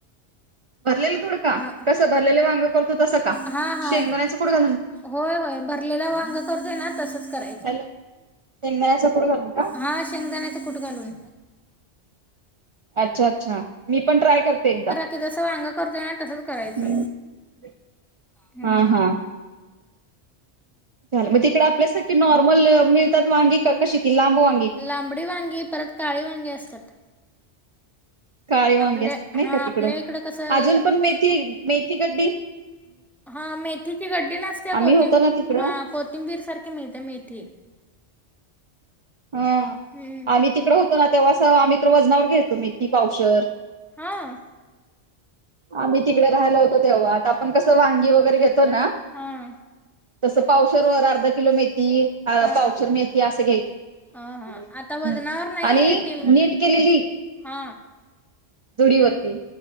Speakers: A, on the right; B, in the centre.
A: भरलेलं दोडका?
B: हां
A: कसं भरलेले वांग करतो तसं का?
B: हां हां
A: शेंगदाण्याचं कुट घालून.
B: होय होय, भरलेला वांग करतोय ना तसंच करायच.
A: शेंगदाण्याचे कूट घालून का?
B: हा शेंगदाण्याचं कुठं घालून.
A: अच्छा अच्छा मी पण ट्राय करते एकदा.
B: ते जस वांग करतोय ना तसंच करायचं
A: हम्
B: हम्म
A: हा हा. झाल, मग तिकडं आपल्या सारखी नॉर्मल मिळतात वांगी का कशी ती लांब वा
B: लांबडी वांगी, परत काळी वांगी असतात.
A: काळे वांगी
B: आपल्या
A: असतात नाही
B: हा
A: का तिकडं,
B: आपल्या इकडं कसं
A: आजुन पण मेथी- मेथी गड्डी
B: हा मेथीची गड्डी नसत्या,
A: आम्ही
B: कोथिंम
A: होतो ना तिकडं
B: हां को कोथींबीर सारखी मिळत्या मेथी.
A: हा,
B: हम्म
A: आम्ही तिकडे होतो ना तेव्हा अस आम्ही तर वजनावर घ्यायचो मेथी पावशेर
B: हां?
A: आम्ही तिकडे राहियला होतो तेव्हा आता आपण कसं वांगी वगैरे घेतो ना
B: हां.
A: तसं पावशेर वर अर्धा किलो मेथी, अ
B: हा
A: पावशेर मेथी असं घ्यायचं.
B: ह हा आता वजनावर नाही
A: आणि
B: ती
A: नीट केलेली
B: हा
A: जुडी वरती.